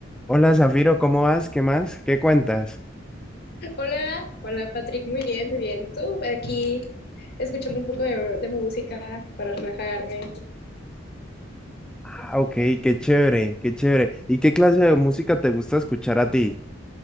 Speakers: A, in the centre; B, on the left.
A: Hola Zafiro, ¿cómo vas? ¿Qué más? ¿Qué cuentas?
B: Hola, hola Patrick, muy bien, muy bien. ¿Y tú? Aquí escuchando un poco de, de música para relajarme.
A: Ah, ok, qué chévere, qué chévere. ¿Y qué clase de música te gusta escuchar a ti?